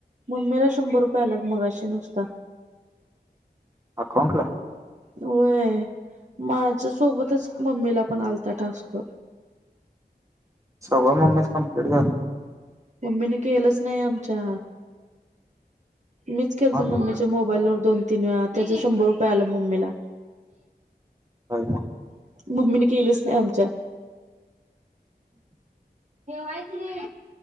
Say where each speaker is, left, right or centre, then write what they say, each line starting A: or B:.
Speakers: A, on the right; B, on the right.
A: मम्मीला शंभर रुपये आलेत मगाशी नुसता.
B: अकाउंटला?
A: व्हय सोबतच माझ्या सोबतच मम्मीला हा आलता टास्क.
B: सगळं मम्मीच कम्प्लीट झालं.
A: मम्मीने केलंच नाही आमच्या. मीच केलत
B: मग
A: मम्मीचा मोबाईल वरून. दोन तीन वेळा त्याच शंभर रुपये आलं मम्मीला.
B: हाय.
A: मम्मीने केलीच नाय आमच्या. ठेवायचे